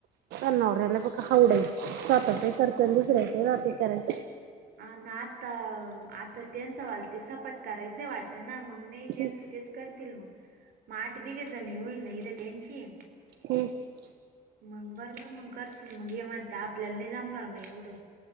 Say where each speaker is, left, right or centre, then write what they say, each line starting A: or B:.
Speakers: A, on the right (about 80°); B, on the right (about 65°).
A: नावरऱ्याला बघ हावडय स्वतःचा एक
B: आमा
A: करतय दुसऱ्याच जातय कराय.
B: अ ना आता, आता त्यांच वाल ते सपाट करायच वाटतं ना मग नाही त्यांच
A: हम्म
B: तेच कर तील मग, माठ बी घे <unintelligible> लई <unintelligible> त्यांची.
A: हम्म
B: मग बरबर मग कर मग हे म्हणत आपल्याला नाही जमणार मग एवढं.